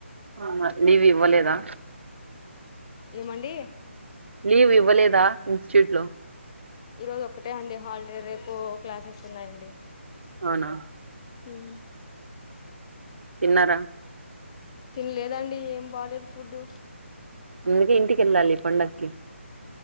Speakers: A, on the right; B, on the left.
A: అవునా లీవ్ ఇవ్వలేదా
B: ఏమండీ
A: లీవ్ ఇవ్వలేదా ఇన్స్టిట్యూట్లో
B: ఈరోజు ఒక్కటే అండి హాలిడే రేపు క్లాసెస్ ఉన్నాయండి
A: అవునా
B: మ్
A: తిన్నారా
B: తినలేదండి ఏం బాగాలేదు ఫుడ్డు
A: అందుకే ఇంటికేళ్ళాలి పండక్కి